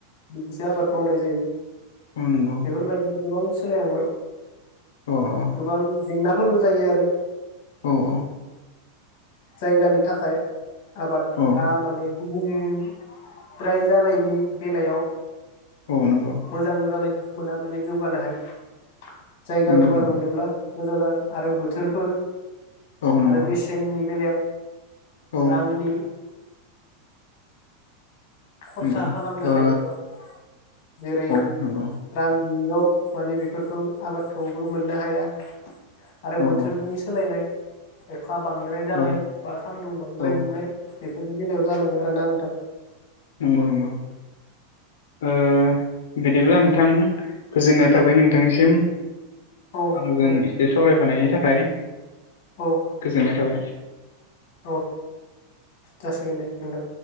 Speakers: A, on the left; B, on the left.
A: बिदिसो आबाद मावनाय जायो।
B: अ नोंगौ।
A: बेफोरबायदिनो गोबां सोलायलांबाय
B: अ
A: गोबां जेंना जायो आरो
B: औ औ।
A: जायगानि थाखाय आबादआ
B: औ
A: माने गुबुंद्राय जानायनि बेलायाव
B: औ नंगौ
A: मोजां जानाय बिथांमोना माने जौगानो हाया। जायगा
B: नंगौ
A: गुवार
B: नंगौ
A: मोनोब्ला मोजां जागोन आरो बोथोरफोर
B: औ नंगौ
A: आरो बेसेननि बेलायाव
B: औ
A: रांनि खरसा
B: नंगौ
A: खालामनो
B: ओ
A: हायिआव जेरै
B: औ नंगौ
A: रां बेयाव माने बेफोरखौ आबादखौबो मोननो हाया। आरो
B: औ
A: बोथोरनि सोलायनाय अखा बांद्राय जानाय
B: औ
A: बा सानदुं बांद्राय
B: औ
A: दुंनाय बेफोरनि बेलायाव जालाङो आरोना नोंथां।
B: नंगौ नंगौ ओ बिदिब्ला नोंथां गोजोननाय थाबाय नोंथांनिसिम
A: औ
B: आंजों
A: औ
B: एसे सावरायफानायनि थाख खाय
A: औ
B: गोजोन्नाय थाबाय।
A: औ जासिगोन दे नोंथां।